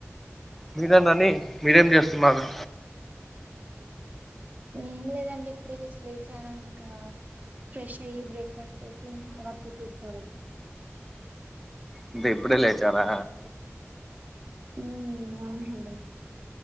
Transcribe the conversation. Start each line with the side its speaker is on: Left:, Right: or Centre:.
Centre: మీరెందండి మీరేం చేస్తున్నారు
Right: ఏం లేదండి ఇప్పుడే జస్ట్ లేచాను ఇంకా ఫ్రెష్ అయ్యి బ్రేక్ఫాస్ట్ చేసి ఇంకా అక్క కూర్చోవాలి
Centre: అంటే ఇప్పుడే లేచారా
Right: ఉ అవునండి